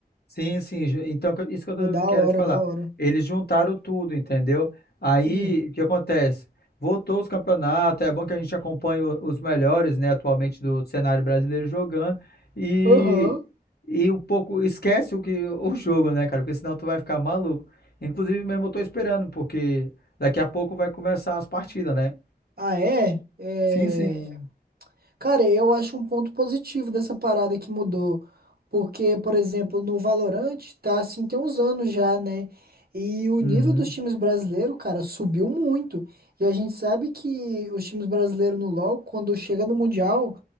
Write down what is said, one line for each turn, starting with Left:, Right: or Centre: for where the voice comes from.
Left: Sim, sim. ju- Então, que- isso que eu
Right: Pô,
Left: tô-
Right: da
Left: quero
Right: hora,
Left: te falar.
Right: da hora.
Left: Eles juntaram tudo, entendeu? Aí,
Right: Sim.
Left: o que acontece? Voltou os campeonatos, é bom que a gente acompanhe o- os melhores, né, atualmente do cenário brasileiro jogando e,
Right: Aham.
Left: e um pouco esquece o que o jogo, né, cara? Porque senão tu vai ficar maluco. Inclusive, mesmo eu tô esperando, porque daqui a pouco vai começar as partidas, né?
Right: Ah, é? É.
Left: Sim, sim.
Right: Cara, eu acho um ponto positivo dessa parada que mudou. Porque, por exemplo, no Valorant, tá assim, tem uns anos já, né? E o
Left: Uhum,
Right: nível dos times brasileiros, cara, subiu muito. E a gente sabe que os times brasileiros no LoL, quando chega no Mundial,